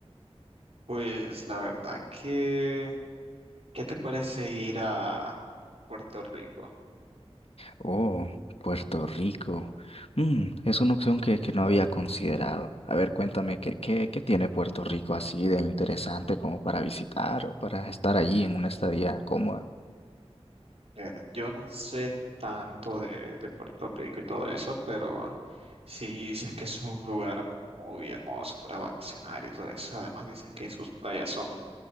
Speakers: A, on the right; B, on the left.
A: Pues la verdad que, ¿qué te parece ir a Puerto Rico?
B: Oh, Puerto Rico. Mm, es una opción que, que no había considerado. A ver, cuéntame, ¿qué, qué, qué tiene Puerto Rico así de interesante como para visitar o para estar allí en una estadía cómoda?
A: Eh, Yo no sé tanto de, de Puerto Rico y todo eso, pero sí dicen que es un lugar muy hermoso para vacacionar y todo eso. Además dicen que sus playas son,